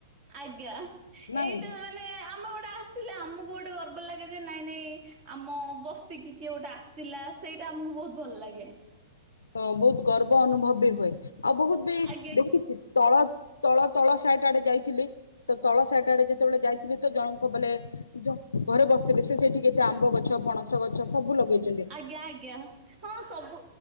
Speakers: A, on the right; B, on the left.
A: ଆଜ୍ଞା
B: ନାଇଁ
A: ଏଇଟା ମାନେ ଆମ ଗୋଟେ ଆସିଲା ଆମକୁ, କୁ ଗୋଟେ ଗର୍ବ ଲାଗେ ଯେ ନାଇଁ ନାଇଁ ଆମ ବସ୍ତିି କିଏ ଗୋଟେ ଆସି ଥିଲାା ସେଇଟା ଆମକୁ ବହୁତ ଭଲ ଲାଗେ
B: ବହୁତ ଗର୍ବ ଅନୁଭବ ବି ହୁଏ ଆଉ ବହୁତ ବି
A: ଆଜ୍ଞା
B: ଦେଖିଛି ତଳ ତଳ ତଳ ହାଟ୍ ଆଡେ ଯାଇଥିଲଥିଲେ ତ ତଳ ସାଇଟ୍ ଆଡେ ଯା ଯେତେବେଳେ ଯାଇଥିଲି ତ ଜଣଙ୍କ ବଲେ ଘରେ ବସିଥିଲି ତ ସେଠି କେତେ ଆମ୍ବ ଗଛ ପଣସ ସ ଗଛ ଗଛ ସବୁ ଲଗେଇଛନ୍ତି
A: ଆଜ୍ଞା ଆଜ୍ଞା ହଁ ସବୁ